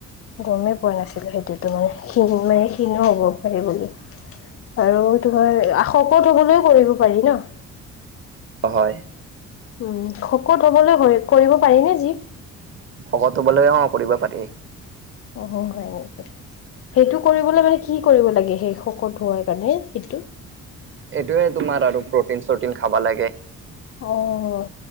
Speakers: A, on the left; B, on the right.
A: গমেই পোৱা নাছিলোঁ, সেইটোতো মানে ক্ষীণ মানে ক্ষীণো হ'ব পাৰি বুলি। আৰু তোমাৰ শকত হবলৈও কৰিব পাৰি ন?
B: হয়।
A: উম শকত হ'বলৈ কৰিব পাৰিনে জিম?
B: শকত হবলৈ অ কৰিব পাৰি।
A: উ হ হ হয় নেকি? সেইটো কৰিবলৈ মানে কি কি কৰিব লাগে সেই শকত হোৱাৰ কাৰণে সেইটো?
B: এইটোয়ে তোমাৰ আৰু প্ৰটিন চটিন খাবা লাগে।
A: অ',